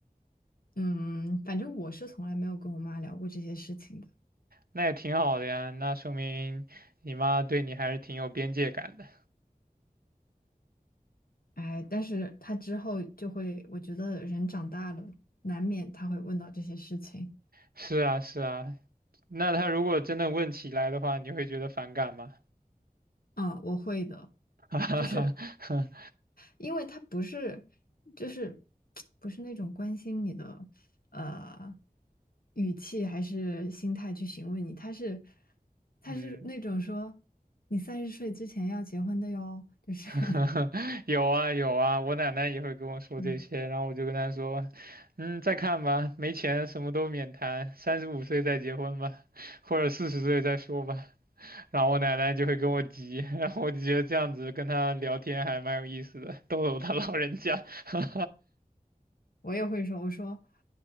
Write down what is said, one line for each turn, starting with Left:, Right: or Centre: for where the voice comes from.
Left: 嗯，反正我是从来没有跟我妈聊过这些事情的。
Right: 那也挺好的呀，那说明你妈对你还是挺有边界感的。
Left: 哎，但是她之后就会，我觉得人长大了，难免她会问到这些事情。
Right: 是啊，是啊，那她如果真的问起来的话，你会觉得反感吗？
Left: 嗯，我会的，
Right: <laughs> 哈哈
Left: 就是
Right: 哈，
Left: 因为他不是，就是不是那种关心你的呃语气还是心态去询问你，他是他是那种说
Right: 嗯，
Left: 你三十岁之前要结婚的哟，就是
Right: <laughs>
Left: <laughs>
Right: 有啊有啊，我奶奶也会跟我说这些，
Left: 嗯，
Right: 然后我就跟她说，嗯，再看吧，没钱什么都免谈，三十五岁再结婚吧，或者四十岁再说吧。然后我奶奶就会跟我急，<laughs> 然后我就觉得这样子跟她聊天还蛮有意思的，逗逗她老人家。<laughs>
Left: 我也会说，我说